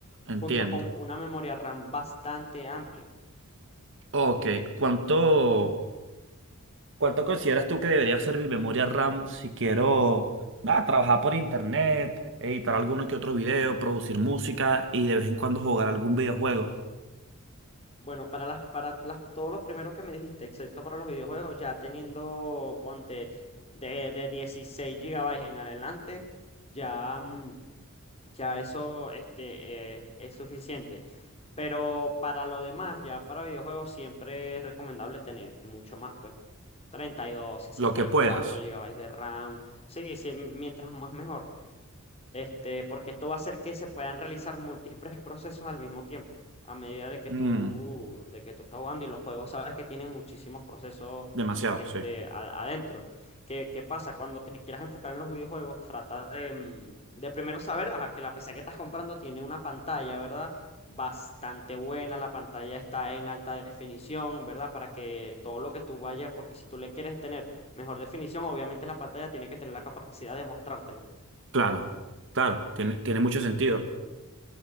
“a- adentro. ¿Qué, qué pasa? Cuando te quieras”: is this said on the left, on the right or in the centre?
Left